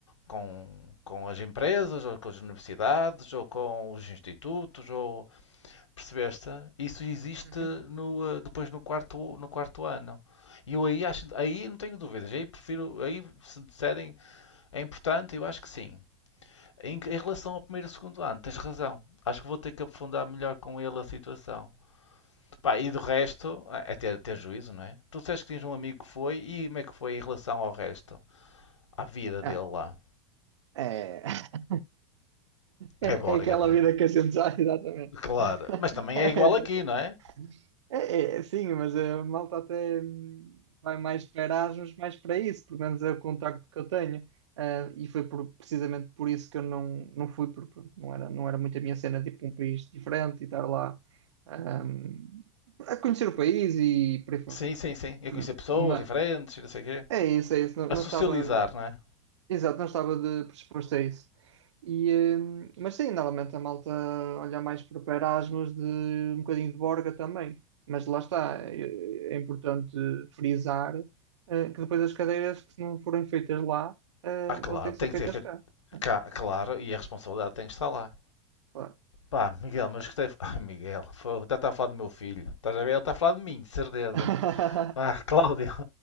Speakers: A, on the left; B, on the right.
A: com, com as empresas, ou com as universidades, ou com os institutos, ou percebeste? Isso existe
B: Uhum.
A: no, eh, depois no quarto, no quarto ano. E eu aí acho, aí não tenho dúvidas, aí prefiro, aí se me disserem é importante, eu acho que sim. Em, em relação ao primeiro e segundo ano, tens razão. Acho que vou ter que aprofundar melhor com ele a situação. Pá, e do resto, é ter, ter juízo, não é? Tu disseste que tinhas um amigo que foi, e como é que foi em relação ao resto? À vida
B: Ah,
A: dele lá.
B: é... <laughs>
A: É
B: é,
A: Borga,
B: é aquela
A: não é?
B: vida que a gente já, exatamente.
A: Claro, mas
B: <laughs>
A: também é
B: É,
A: igual
B: exatamente.
A: aqui, não é?
B: É, é, sim, mas a malta até hum, vai mais para Erasmus, mais para isso, pelo menos é o contacto que eu tenho. Ah, e foi por- precisamente por isso que eu não, não fui, porque pronto, não era, não era muito a minha cena, tipo um país diferente e estar lá ah, a conhecer o país e por aí fora.
A: Sim, sim, sim. É conhecer pessoas
B: Ma-
A: diferentes, e não sei o quê.
B: É isso, é isso. Não,
A: A
B: não
A: socializar,
B: estava,
A: não é?
B: exato, não estava de predisposto a isso. E, hum, mas sim, normalmente a malta olha mais para o Erasmus, de um bocadinho de Borga também. Mas lá está, é, é importante frisar, eh, que depois as cadeiras que não forem feitas lá, eh,
A: Ah, claro,
B: vão ter que
A: tem
B: ser
A: que
B: feitas
A: ser feito
B: cá. né?
A: cá, claro, e a responsabilidade tem que estar lá.
B: Claro.
A: Pá, Miguel, mas gostei. <laughs> Ah, Miguel, foi... já está a falar do meu filho. Estás a ver? Ele está a falar de mim, de certeza.
B: <laughs>
A: Pá, <laughs> Cláudio,